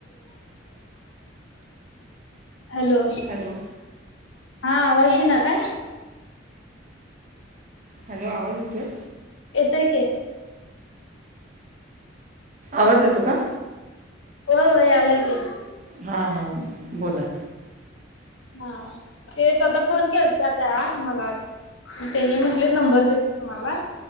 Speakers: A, on the left; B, on the right.
A: हॅलो.
B: हॅलो
A: हा आवर्जी ना काय.
B: हॅलो आवाज येतो आहे.
A: येतोय की.
B: आवाज येतो का.
A: हो हो यालाय की.
B: हा हा बोला.
A: हा तेच आता फोन केला त्या त्या मला. त्यानी म्हटले नंबर देतो तुम्हाला.